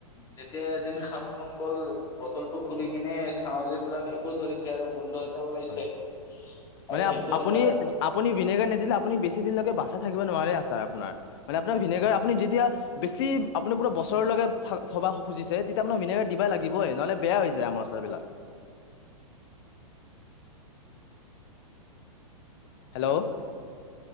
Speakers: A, on the left; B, on the left.
A: যেতিয়া এদিন খাব মন গ'ল বটল টো খুলি কেনে চাও যে পুৰা ভেঁকুৰ ধৰিছে আৰু গোন্ধত <unintelligible> ওলাইছে
B: হয় মানে
A: আৰু সেইটো
B: আপুনি
A: আছাৰ
B: আপুনি ভিনেগাৰ নিদিলে আপু বেছিদিনৈকে বাচাই থাকিব নোৱাৰে আছাৰ আপোনাৰ মানে আপোনাৰ ভিনেগাৰ আপুনি যেতিয়া বেছি আপুনি পোৰা বছৰলৈকে থবা খুজিছে তেতিয়া আপোনাৰ ভিনেগাৰ দিবা লাগিবইে নহ'লে বেয়া হৈ যায় আমৰ আচাৰবিলাক। Hello